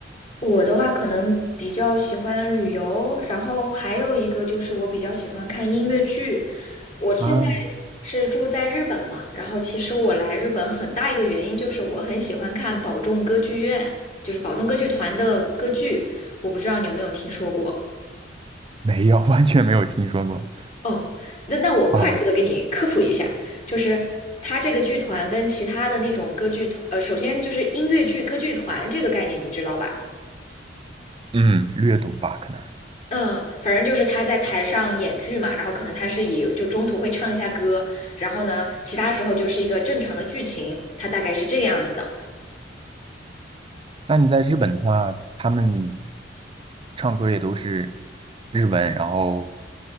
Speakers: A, on the left; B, on the right.
A: 我的话可能比较喜欢旅游，然后还有一个就是我比较喜欢看音乐剧。我现在
B: 啊，
A: 是住在日本嘛，然后其实我来日本很大一个原因就是我很喜欢看宝冢歌剧院，就是宝冢歌剧团的歌剧。我不知道你有没有听说过？
B: 没有，完全没有听说过。
A: 哦，那那我快速的给你科普一下，
B: 啊，
A: 就是它这个剧团跟其他的那种歌剧团，呃，首先就是音乐剧歌剧团这个概念你知道吧？
B: 嗯，略懂吧，可能。
A: 嗯，反正就是他在台上演剧嘛，然后可能他是以就中途会唱一下歌，然后呢，其他时候就是一个正常的剧情，他大概是这个样子的。
B: 那你在日本的话，他们唱歌也都是日文，然后